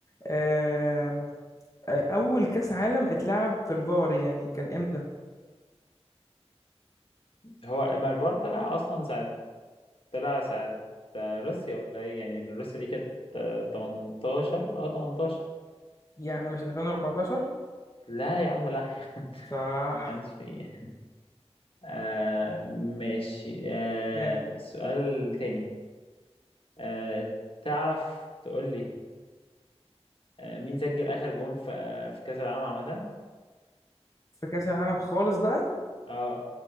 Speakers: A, on the left (about 30°); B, on the left (about 55°).
A: آه اول كأس عالم اتلعب في الفار يعني كان امتى
B: هو مارفار طلع أصلا ساعة طلع ساعة آه، روسيا ولا إيه يعني روسيا دي كانت آه، 18 أه 18
A: يعني مش 2014
B: لا يا عم لا يا عم
A: صح
B: ما كانش فيه آه ماشي آه
A: جامد
B: سؤال تاني آه تعرف تقول لي آه، مين سجل اخر جون في آه، في كاس العالم عامه
A: في كأس العالم خالص بقى
B: اه